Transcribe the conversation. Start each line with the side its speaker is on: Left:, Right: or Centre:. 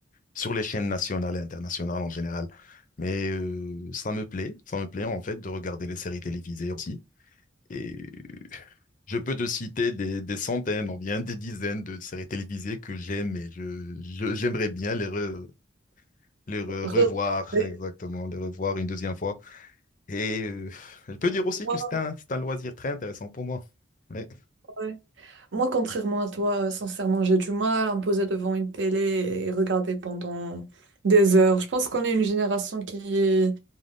Left: sur les chaînes nationales et internationales en général. Mais euh, ça me plaît, ça me plaît en fait de regarder les séries télévisées aussi. Et je peux te citer des, des centaines, ou bien des dizaines de séries télévisées que j'aime et je, je- j'aimerais bien les, re- les re-
Right: Regarder.
Left: revoir, exactement, les revoir une deuxième fois. Et euh, je peux dire aussi
Right: Moi,
Left: que c'est un, c'est un loisir très intéressant pour moi. Oui,
Right: ouais. Moi, contrairement à toi, euh, sincèrement, j'ai du mal à me poser devant une télé et regarder pendant des heures. Je pense qu'on est une génération qui est